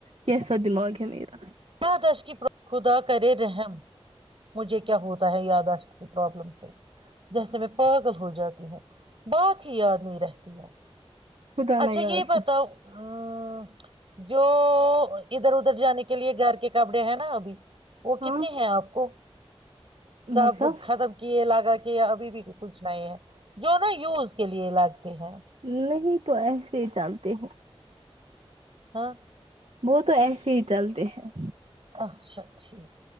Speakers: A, on the right (about 75°); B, on the right (about 60°).
A: کیسا دماغ ہے میرا
B: یاداشت کی خدا کرے رحم مجھے کیا ہوتا ہے یاداشت کی پرابلم سے جیسے میں پاگل ہو جاتی ہوں بات یادنی رہتی ہے
A: خدا نہ
B: اچھا
A: یاد
B: یہ بتاؤ ا جو ادھر ادھر جانے کے کے لیے گھر کے کپڑے ہیں نا ابھی وہ
A: ہاں
B: کتنے ہیں آپ کو سب
A: مطلب
B: ختم کیے لاگا ابھی بھی بالکل سناائے ہے جو نا یوز کے لیے لگتے ہیں
A: نہیں نہیں تو ایسے ہی جانتے ہیں
B: ہاں
A: وہ تو ایسے ہی چلتے ہیں
B: اچ سکچی